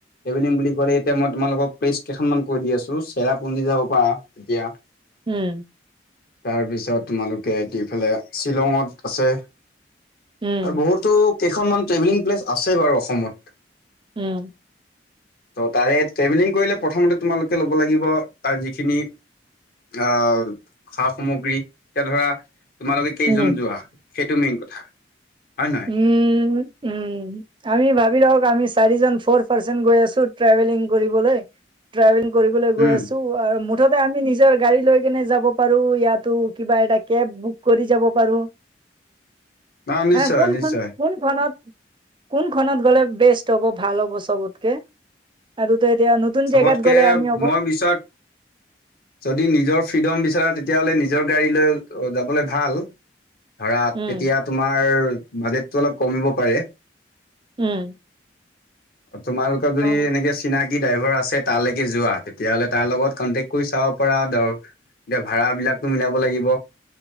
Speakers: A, on the left; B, on the right.
A: ট্ৰেভেলিং বুলি ক'লে এতিয়া মই তোমালোকক, প্লেচ কেইখনমান কৈ দি আছোঁ। চেৰাপুঞজি যাব পাৰা, এতিয়া
B: উম।
A: তাৰপিছত তোমালোকে ইফালে শ্বিলঙত আছে।
B: উম
A: আৰু বহুতো কেইখনমান ট্ৰেভেলিং প্লেচ আছে বাৰু অসমত।
B: উম।
A: ত' তাৰে ট্ৰেভেলিং কৰিলে প্ৰথমতে তোমালোকে ল'ব লাগিব, তাৰ যিখিনি আহ সা- সামগ্ৰী। এতিয়া ধৰা তোমালোকে কেইজন
B: উম
A: যোৱা। সেইটো মেইন কথা হয় নহয়।
B: উম উম। উম আমি ভাবি লওক, আমি চাৰিজন ফৰ পাৰ্চন গৈ আছো, ট্ৰেভেলিং কৰিবলৈ। ট্ৰেভেলিং কৰিবলৈ গৈ
A: উম,
B: আছো। মুঠতে আমি নিজৰ গাড়ী লৈ কিনে যাব পাৰো। ইয়াতো কিবা এটা কেব বুক কৰি যাব পাৰো।
A: অঁ নিশ্চয়।
B: মানে কোনখন,
A: নিশ্চয়
B: কোন খনত? কোনখনত গ'লে বেষ্ট হ'ব ভাল হ'ব চবতকে? আৰুতো এতিয়া নতুন
A: চবতকে
B: জেগাত গ'লে আমি অক
A: মই বিছাক যদি নিজৰ ফ্ৰীডম বিচাৰা, তেতিয়াহ'লে নিজৰ গাড়ী লৈ যাবলে ভাল। ধৰা,
B: উম,
A: তেতিয়া তোমাৰ বাজেটটো অলপ কমিব পাৰে।
B: উম'।
A: তোমালোকৰ যদি
B: অ'।
A: এনেকে চিনাকি ড্ৰাইভাৰ আছে তালেকে যোৱা, তেতিয়াাহলে তাৰ লগত কনটেক কৰি চাব পাৰা। ধৰ, এতিয়া ভাড়া বিলাকটো মিলাব লাগিব।